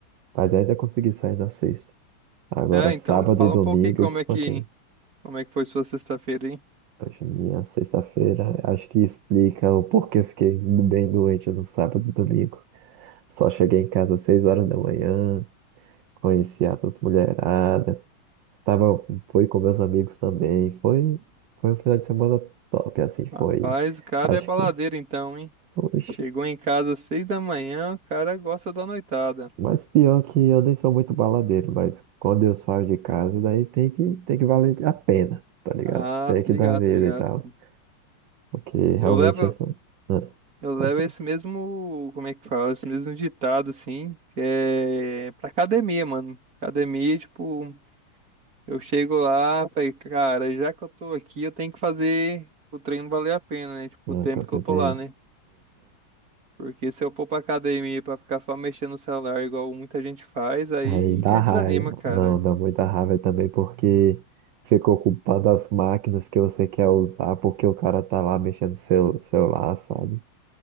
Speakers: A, on the right (about 70°); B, on the right (about 45°).
A: mas ainda consegui sair na sexta. Agora
B: é,
A: sábado
B: então, fala
A: e domingo
B: um pouco aí como
A: eu desfanquei.
B: é que, como é que foi sua sexta-feira, hein?
A: Hoje, minha sexta-feira, acho que explica o porquê eu fiquei bem doente no sábado e domingo. Só cheguei em casa às seis horas da manhã, Conheci altas mulherada, tava, fui com meus amigos também, foi, foi um final de semana top, assim, foi,
B: Rapaz, o cara
A: acho
B: é baladeiro
A: que,
B: então, hein?
A: oxe,
B: Chegou em casa às seis da manhã, o cara gosta da noitada.
A: mas pior que eu nem sou muito baladeiro, mas quando eu saio de casa, daí tem que, tem que valer a pena, tá ligado?
B: Ah,
A: Tem que
B: tô ligado,
A: dar vida
B: tô ligado.
A: e tal,
B: pô.
A: porque
B: Eu
A: realmente
B: levo.
A: eu sou, ah,
B: Eu levo
A: pode falar,
B: esse mesmo, como é que fala, esse mesmo ditado, assim, é pra academia, mano. Academia, tipo, eu chego lá, falei, cara, já que eu tô aqui, eu tenho que fazer o treino valer a pena, né? Tipo,
A: ah,
B: o tempo
A: com certeza,
B: que eu tô lá, né? Porque se eu for pra academia pra ficar só mexendo no celular, igual muita gente faz, aí
A: Aí dá
B: que aí
A: raiva.
B: desanima, cara.
A: Não, dá muita raiva também porque ficou culpado as máquinas que você quer usar porque o cara tá lá mexendo no seu celular, sabe?